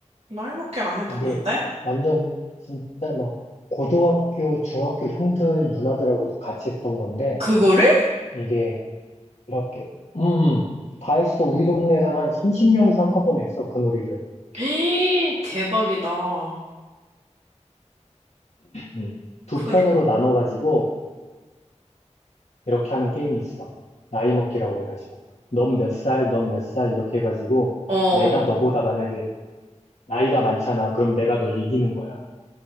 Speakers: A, on the right; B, on the left.
A: 나이 먹기 안 해봤는데?
B: 그게 완전 진짜 막 고등학교, 중학교 형들, 누나들하고도 같이 했던 건데,
A: 그거를?
B: 이게 이렇게, 음, 음. 다 했어. 우리 동네에서는 한 3 0명이상 한꺼번에 했어. 그 놀이를.
A: <gasps> 에이, 대박이다.
B: 음. 두
A: 그,
B: 편으로 나눠가지고 이렇게 하는 게임이 있어. 나이 먹기라고 해가지고. 넌 몇 살, 넌 몇 살, 이렇게 해가지고,
A: 어.
B: 내가 너보다 만약에 나이가 많잖아. 그럼 내가 널 이기는 거야.